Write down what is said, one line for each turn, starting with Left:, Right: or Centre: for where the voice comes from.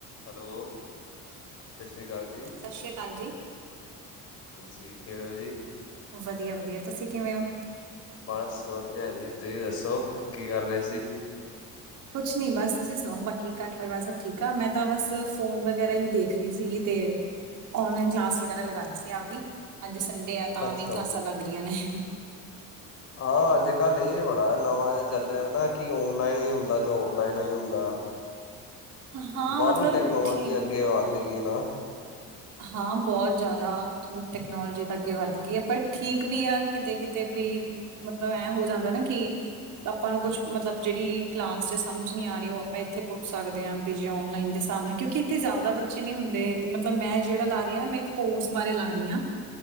Left: Hello, ਸਤਿ ਸ਼੍ਰੀ ਅਕਾਲ ਜੀ।
Right: ਸਤਿ ਸ਼੍ਰੀ ਅਕਾਲ ਜੀ।
Left: ਹਾਜੀ ਕਿਵੇਂ ਓ ਜੀ।
Right: ਵਧੀਆ -ਵਧੀਆ ਤੁਸੀਂ ਕਿਵੇਂ ਓ।
Left: ਬਸ ਵਧੀਆ ਜੀ, ਤੁਹੀਂ ਦੱਸੋ ਕੀ ਕਰ ਰੇ ਸੀ।
Right: ਕੁੱਛ ਨੀ ਬਸ ਤੁਸੀਂ ਸੁਣਾਓ, ਬਾਕੀ ਘਰ ਪਰਿਵਾਰ ਸਭ ਠੀਕ ਆ, ਮੈਂ ਤਾਂ ਬਸ ਫੋਨ ਵਗ਼ੈਰਾ ਹੀ ਦੇਖ ਰਹੀ ਸੀਗੀ ਤੇ ਔਨਲਾਈਨ ਕਲਾਸ ਵਗੈਰਾ ਲਗਾਨੀ ਸੀ ਆਪਦੀ, ਅੱਜ ਸੰਡੇ ਆ ਤਾਂ
Left: ਅੱਛਾ।
Right: ਵੀ ਕਲਾਸਾਂ ਲੱਗ ਦੀਆਂ ਨੇ।
Left: ਆਹ ਅੱਜ ਕੱਲ ਇਹ ਬੜਾ ਨਵਾਂ ਜਾਂ ਚੱਲਿਆ ਨਾ, ਕਿ ਔਨਲਾਈਨ ਵੀ ਹੁੰਦਾ ਤੇ ਔਫਲਾਈਨ ਵੀ ਹੁੰਦਾ।
Right: ਹਾਂ
Left: ਬਾਹਲੀ
Right: ਮਤਲਬ
Left: ਟੈਕਨੋਲੋਜੀ
Right: ਠੀਕ
Left: ਅੱਗੇ ਵੱਧ ਗੀ ਨਾ
Right: ਹਾਂ ਬਹੁਤ ਜ਼ਿਆਦਾ ਟੈਕਨੋਲੋਜੀ ਤਾਂ ਅੱਗੇ ਵੱਧ ਗੀ, ਪਰ ਠੀਕ ਵੀ ਆ ਕਿਤੇ- ਕਿਤੇ ਵੀ ਮਤਲਬ ਐਂ ਹੋ ਜਾਂਦਾ ਨਾ ਕਿ ਆਪਾਂ ਨੂੰ ਕੁੱਛ ਮਤਲਬ ਜਿਹੜੀ ਕਲਾਸ ਚ ਸਮਝ ਨੀ ਆ ਰੀ, ਉਹ ਆਪਾਂ ਇੱਥੇ ਪੁੱਛ ਸਕਦੇ ਆ ਵੀ ਜੇ ਔਨਲਾਈਨ ਦੇ ਸਾਹਮਣੇ ਕਿਉਂਕਿ ਇੱਥੇ ਜ਼ਿਆਦਾ ਬੱਚੇ ਨੀ ਹੁੰਦੇ ਮਤਲਬ ਮੈਂ ਜਿਹੜਾ ਲਾ ਰਈ ਆ ਨਾ, ਮੈਂ ਇੱਕ ਕੋਰਸ ਬਾਰੇ ਲਾ ਰਈ ਆ